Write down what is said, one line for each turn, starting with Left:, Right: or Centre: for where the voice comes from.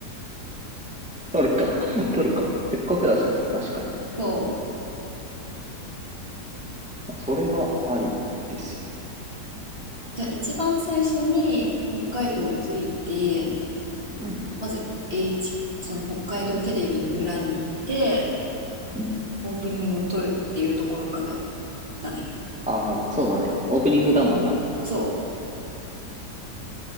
Centre: 撮るか、<laughs> 撮るか。せっかくだしな、確かに。
Right: そう。
Centre: まあそれはありですよ。
Right: じゃあ一番最初に北海道を着いて、
Centre: うん、うん、
Right: まず H、その北海道テレビの裏に行って、
Centre: うん。
Right: オープニングを撮るっていうところからだね。
Centre: ああ、そうだね。オープニングだもんな。
Right: そ